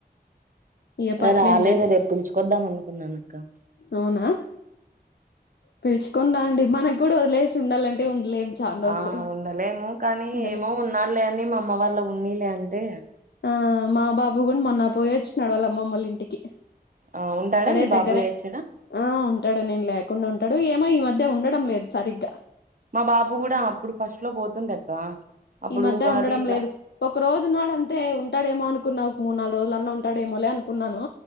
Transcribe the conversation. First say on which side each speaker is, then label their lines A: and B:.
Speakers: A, on the left; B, on the right.
A: ఇక పట్లేం
B: రాలేదు
A: లేదు
B: రేపు పిలుచుకొద్దాం అనుకున్నాన అక్క
A: అవునా పిలుచుకుడాా అండి మనకు కూడా వదిలేసి ఉండాలంటే ఉండలేం చానా రోజులు
B: ఆ ఉండలేము కానీ
A: ఉండలే
B: ఏమో ఉన్నా లే అని మా అమ్మ వాళ్ళ ఉన్నా లే అంటే
A: ఆ మా బాబు కూడ మొన్న పోయోచ్చినాడు వాళ్ళ అమ్మమ్మ వాళ్ళ ఇంటికి
B: ఆ ఉంటాడా
A: ఇక్కడే
B: మీ బాబు
A: దగ్గరే
B: ఏడ్చాడా
A: ఆ ఉంటాడు నేను లేకుండా ఉంటా ంటడు ఏమో ఈ మధ్య ఉండడం లేదు సరిగ్గా
B: మా బాబు కూడ అప్పుడు ఫస్ట్ లో పోతుండక్క అప్పుడు
A: ఈ మధ్య
B: ఉగాది
A: ఉండడం
B: ఇట్లా
A: లేదు ఒక రోజు ఉన్నాడు అంతే ఉంటాడేమో అనుకున్నా ఒక మూడు నాలుగు రోజులు అన్నా ఉంట ఉంటాడేమోలే అనుకున్నాను